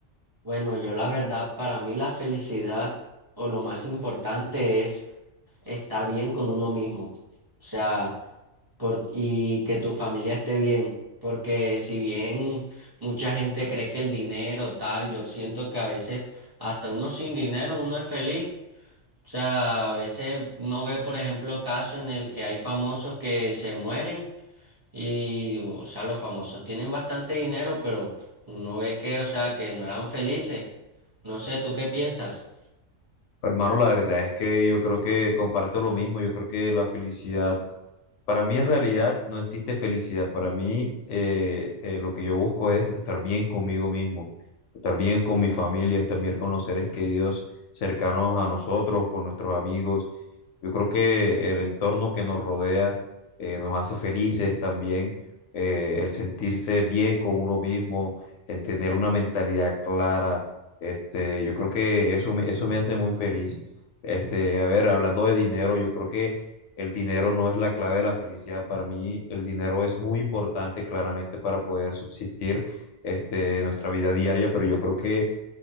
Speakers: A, on the right; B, on the left.
A: Bueno, yo la verdad, para mí la felicidad o lo más importante es estar bien con uno mismo, o sea, por- y que tu familia esté bien, porque si bien mucha gente cree que el dinero tal, yo siento que a veces hasta uno sin dinero uno es feliz, o sea, a veces uno ve, por ejemplo, casos en el que hay famosos que se mueren. Y, o sea, los famosos tienen bastante dinero, pero uno ve que, o sea, que no eran felices. No sé, ¿tú qué piensas?
B: Hermano, la verdad es que yo creo que comparto lo mismo, yo creo que la felicidad Para mí en realidad no existe felicidad. Para mí eh, eh, lo que yo busco es estar bien conmigo mismo, estar bien con mi familia, estar bien con los seres queridos cercanos a nosotros, con nuestros amigos. Yo creo que el entorno que nos rodea eh, nos hace felices también, eh, el sentirse bien con uno mismo, en tener una mentalidad clara. Este, yo creo que eso me, eso me hace muy feliz. Este, a ver, hablando de dinero, yo creo que el dinero no es la clave de la felicidad. Para mí, el dinero es muy importante claramente para poder subsistir este, nuestra vida diaria, pero yo creo que